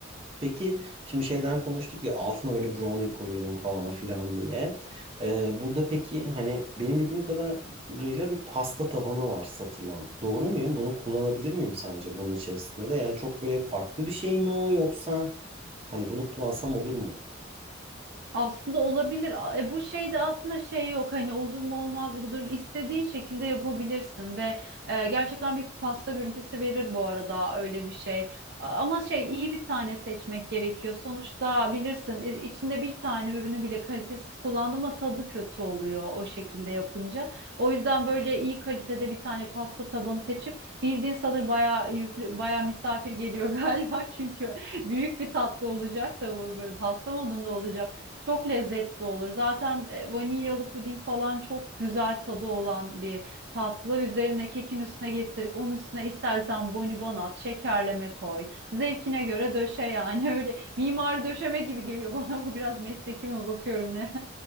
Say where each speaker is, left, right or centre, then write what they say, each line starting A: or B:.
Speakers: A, on the right (about 30°); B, on the right (about 55°).
A: Peki şimdi şeyden konuştuk ya altına böyle brownie koyuyordum falan filan diye. Ee, burada peki hani benim bildiğim kadarıyla bir pasta tabanı var satılan. Doğru muyum? Bunu kullanabilir miyim sence bunun içerisinde de? Yani çok böyle farklı bir şey mi o yoksa hani bunu kullansam olur mu?
B: Aslında olabilir. A- E, bu şeyde aslında şey yok hani olur mu olmaz mı bu durum istediğin şekilde yapabilirsin ve e, gerçekten bir pasta görüntüsü verir bu arada öyle bir şey. A- Ama şey iyi bir tane seçmek gerekiyor. Sonuçta bilirsin i- içinde bir tane ürünü bile kalitesiz kullandım ama tadı kötü oluyor o şekilde yapınca. O yüzden böyle iyi kalitede bir tane pasta tabanı seçip bildiğin sanırım bayağı yüklü bayağı misafir geliyor <laughs> galiba çünkü büyük bir tatlı olacak da bu böyle pasta modunda olacak. Çok lezzetli olur. Zaten e, vanilyalı puding falan çok güzel tadı olan bir tatlı. Üzerine kekin üstüne getirip onun üstüne istersen bonibon at, şekerleme koy. Zevkine göre döşe yani. <laughs> Öyle mimari döşeme gibi geliyor bana. Bu biraz mesleki mi bakıyorum ne?